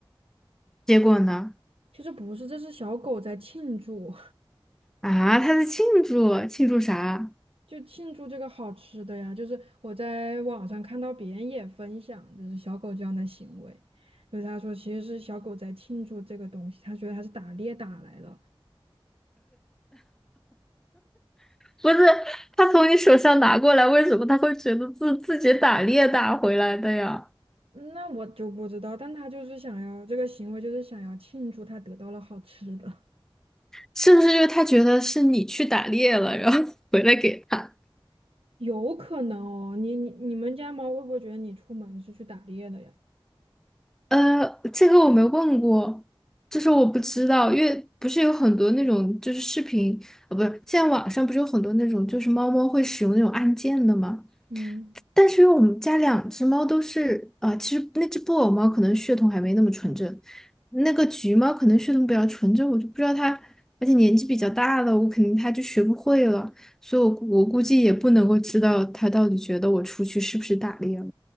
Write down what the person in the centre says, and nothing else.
结果呢？
啊，它在庆祝，庆祝啥？
不是，他从你手上拿过来，为什么他会觉得自自己打猎打回来的呀？
是不是因为他觉得是你去打猎了，然后 <laughs> 回来给他？
呃，这个我没问过，就是我不知道，因为不是有很多那种就是视频，呃，不是，现在网上不是有很多那种就是猫猫会使用那种按键的吗？
但是因为我们家两只猫都是，啊，其实那只布偶猫可能血统还没那么纯正，那个橘猫可能血统比较纯正，我就不知道它，而且年纪比较大了，我肯定它就学不会了，所以我估我估计也不能够知道它到底觉得我出去是不是打猎了，